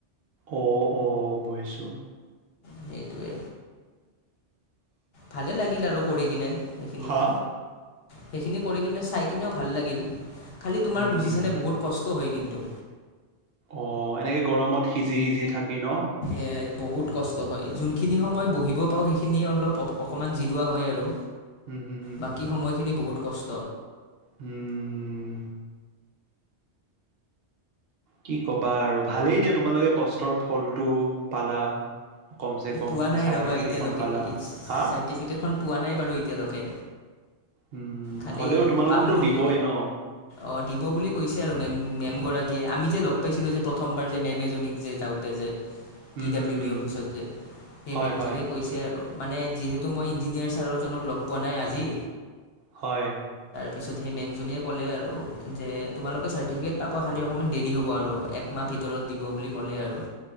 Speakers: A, on the right (about 65°); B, on the left (about 65°).
A: অ অ বুইছোঁ।
B: সেইটোৱে। ভালে লাগিল আৰু কৰি কিনে সেইখিনিও।
A: হা?
B: সেইখিনি কৰি কিনে চাই কিনেও ভাল লাগিল খালি তোমাৰ
A: হুম।
B: বুজিছানে বহুত কষ্ট হয় কিন। তু।
A: অ এনেকে গৰমত সিজি সিজি থাকি নহ।
B: এ বহুত কষ্ট হয় যোনখিনি সময় বহিব পাওঁ সেইখিনিয় অলপ অকণমান জিৰোৱা হয় আৰু।
A: হুম, হুম,
B: বাকী সময়খিনি বহুত কষ্ট।
A: হম। কি কবা আৰু ভালেই দিয়া তোমালোকে কষ্টৰ ফলটো পালা। কমচে কম
B: পোৱা নাই
A: চাৰ্টিফিকেটখন
B: ৰ'বা এতিয়ালৈকে
A: পালা। হা?
B: চাৰ্টিফিকেটখন পোৱা নাই বাৰু এতিয়ালৈকে।
A: উম,
B: খালি
A: হ'লেও তোমালোককতো
B: পাম বুলি
A: দিবই ন?
B: অ দিব বুলি কৈছে আৰু মেম। মেম গৰাকীয়ে আমি যে লগ পাইছিলোঁ যে প্ৰথমবাৰ যে মেম এজনীক যে যাওঁতে যে। P
A: um,
B: W
A: hmm, হুম।
B: D অফিচত যে সেই
A: হয়,
B: মেমজনীয়ে
A: হয়,
B: কৈছে আৰু। মানে যিহেতু মই ইঞ্জিনিয়াৰ ছাৰজনক লগ পোৱা নাই আজি।
A: হয়।
B: পিছত সেই মেমজনীয়ে ক'লে আৰু যে তোমালক। চাৰ্টিফিকেট পাব খালি অকমান দেৰি হ'ব আৰু একমাহ ভিতৰত দিব বুলি ক'লে আৰু।